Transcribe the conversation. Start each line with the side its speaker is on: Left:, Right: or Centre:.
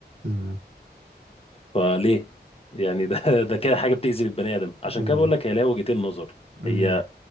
Right: امم
Left: فليه يعني ده <laughs> ده كده حاجه بتأذي البني ادم عشان
Right: امم
Left: كده بقول لك هي ليها وجهتين نظر
Right: امم
Left: هي